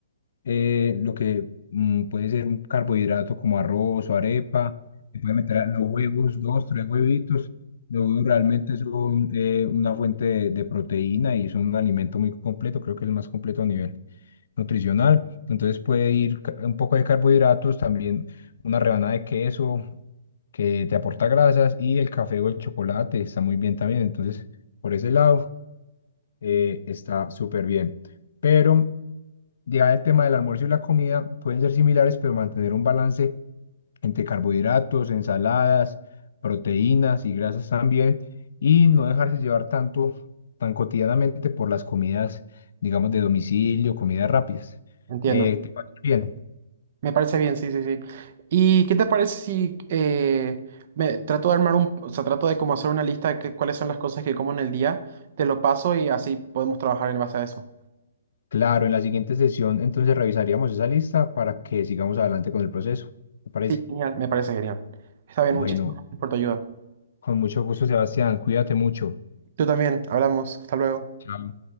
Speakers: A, on the left; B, on the right.
A: eh, lo que mm, puede ser un carbohidrato como arroz o arepa. Se puede meter a los huevos, dos, tres huevitos. Los huevos realmente son eh, una fuente de, de proteína y son un alimento muy completo, creo que es el más completo a nivel nutricional. Entonces puede ir ca- un poco de carbohidratos, también una rebanada de queso que te aporta grasas y el café o el chocolate está muy bien también. Entonces, por ese lado, eh, está súper bien. Pero ya el tema del almuerzo y la comida pueden ser similares, pero mantener un balance entre carbohidratos, ensaladas, proteínas y grasas también, y no dejarse llevar tanto, tan cotidianamente por las comidas, digamos, de domicilio, comidas rápidas.
B: Entiendo.
A: Eh, ¿te parece bien?
B: Me parece bien, sí, sí, sí. ¿Y qué te parece si eh, me trato de armar un, o sea, trato de como hacer una lista de qué- cuáles son las cosas que como en el día, te lo paso y así podemos trabajar en base a eso?
A: Claro, en la siguiente sesión entonces revisaríamos esa lista para que sigamos adelante con el proceso. ¿Te parece?
B: Sí, genial, me parece genial. Está bien,
A: Bueno,
B: muchísimas gracias por tu ayuda.
A: con mucho gusto, Sebastián. Cuídate mucho.
B: Tú también, hablamos, hasta luego.
A: Chao.